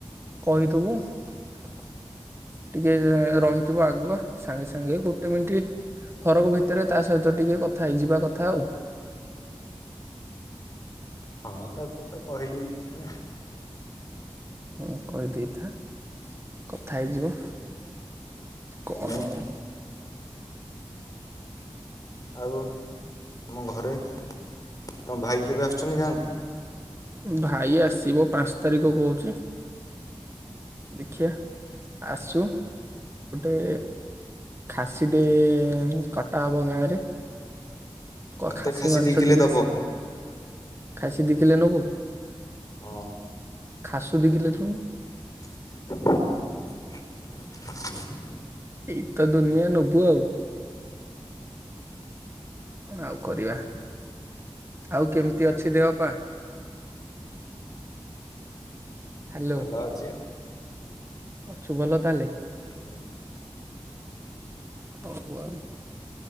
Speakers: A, on the right (about 25°); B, on the left (about 40°).
A: କହିଦବୁ ଟିକେ ରହି ଥିବ ଆଗୁଆ ସାଙ୍ଗେ ସାଙ୍ଗେ ଗୋଟେ ମିଟ ଫରକ ଭିତରେ ତା ସହିତ ଟିକେ କଥା ହେଇଯିବା କଥା ଆଉ।
B: ହଁ ତାକୁ ତ କହିଦେଇଛି ନା।
A: ହଁ କହିଦେଇଥା କଥା ହେଇଯିବ କଣ।
B: ତମେ
A: ଆଉ
B: ଆଉ ତମ ଘରେ ତମ ଭାଇ କେବେ ଆସୁଛନ୍ତି ଗାଁକୁ।
A: ଭାଇ ଆସିବ ପାଞ୍ଚ ତାରିଖ କହୁଛି। ଦେଖିଆ ଆସୁ। ଏ ଖାସିଟେ କଟା ହେବ ଗାଁରେ। କ
B: ମତେ
A: ଖାସି ମାଂସ
B: ଦି କିଲେ
A: ଟିକେ
B: ଦବ
A: ଖାସି ଦିକିଲେ ନବୁ?
B: ହଁ।
A: ଖାସୁ ଦିକିଲେ ନଉନୁ?
B: <unintelligible>
A: ଏଇ ତ ଦୁନିଆ ନବୁ ଆଉ। ଆଉ କରିବା ଆଉ କେମିତି ଅଛି ଦେହପା? ହ୍ୟାଲୋ
B: ଭଲ ଅଛି ଆଉ।
A: ଅଛୁ ଭଲ ତାଲେ।
B: ହୁଁ।
A: ହଉ ଆଉ